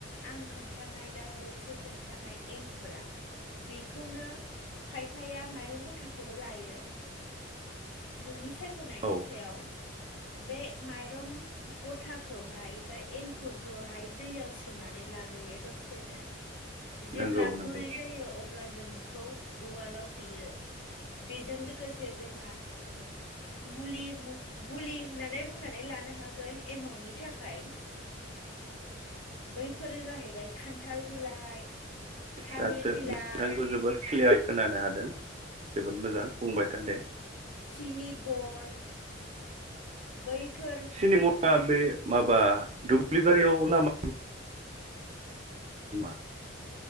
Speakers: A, on the left (about 75°); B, on the right (about 35°).
A: आं खोन्थानाय दा बावैसो खोन्थानाय एंखुरा बेखौनो खायफाया माइरं गथाखौबो लायो नोंनि साय खनायनि
B: औ
A: सायाव बे माइ रं गथा खौहाय बा एंखुरखौहाय दैयाव सोमनानै लाग्रोयो दसेनो जेब्ला
B: नंगौ नंगौ
A: गुरै जायो अब्ला जोंङो उवालाव देयो बेजों लोगोसे जोंहा मुलि होननानै बुंनानै लानो हागोन एमावनि थाखाय बैफोरो जाहैबाय खान्थाल बिलाइ थालिर
B: दासो
A: बिलाइ
B: नोंथांखौ जोबोद क्लियार खोनानो हादों जोबोद मोजां बुंबाय था दे
A: सिनि बन बै फोर
B: सिनेमा बे माबा दुब्लि बारियाव लामा <unintelligible>